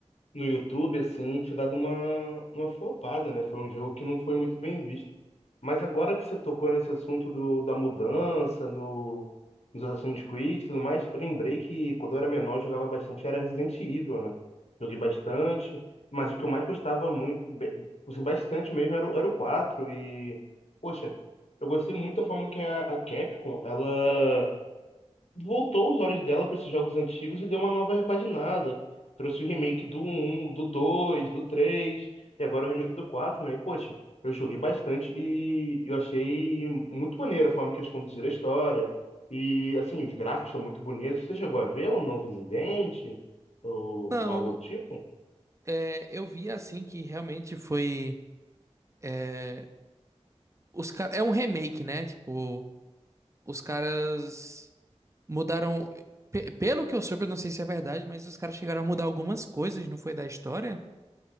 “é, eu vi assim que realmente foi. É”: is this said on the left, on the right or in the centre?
Right